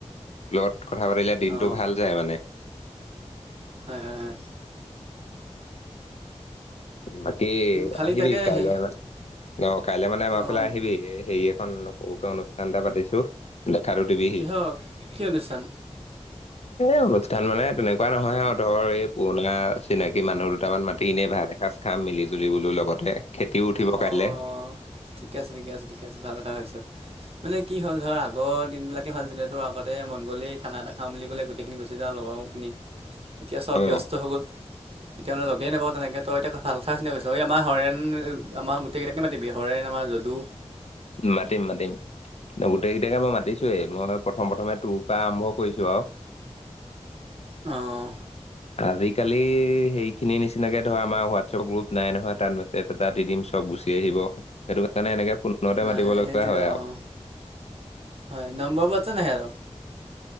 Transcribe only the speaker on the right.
অঁ
হয় হয়।
খালী
তাকে
হেৰি
অঁ
কিহৰ
কি অনুষ্ঠান
অঁ
ঠিকে আছে ঠিকে আছে ঠিকে আছে ভাল কথা ভাবিছ। মানে কি হ'ল ধৰ আগৰ দিনবিলাকে ভাল আছিল তো আগত তে মন গ'লেই খানা এটা খাাম বুলি ক'লে গোটেইখিনি গুচি যাওঁ লগৰখিনি, এতিয়া চব ব্যস্ত
হৈ গ'ল। এতিয়া মানে লগেইে নাপাওঁ তেনেকে তই এতিয়া ভাল কথা চিন্তা কৰিছ, এ আমাৰ হৰেণ আমাৰ গোটেইকেইটাকে মাতিবি, হৰেন আমাৰ যদু
অঁ
নাই
সেইটোৱে
অঁ
হয় নম্বৰবোৰ আছে নাই হেতৰ